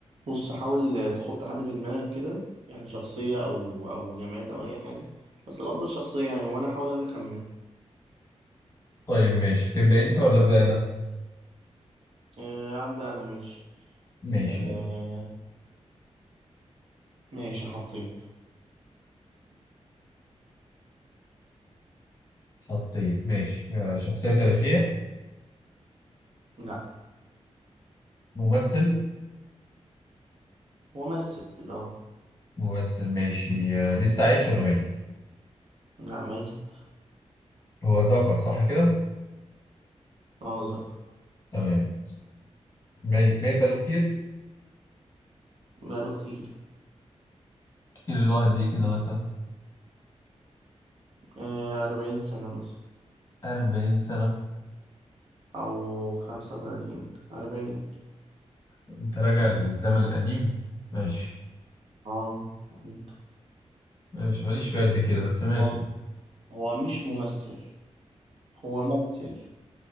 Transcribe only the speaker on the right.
بص حاول تحط حد في دماغك كده يعني شخصية أو أو جماد أو أي حاجة بس الأفضل شخصية يعني وأنا أحاول إن أنا أخمن
آه، أبدأ أنا ماشي
آه
ماشي حطيت
لأ
ممثل أه
لأ ميت
ناظر
بقاله كتير
آه أربعين سنة مثلا
أو خمسة وتلاتين أربعين
أربعين.
أه جدا.
هو هو مش ممثل هو مثل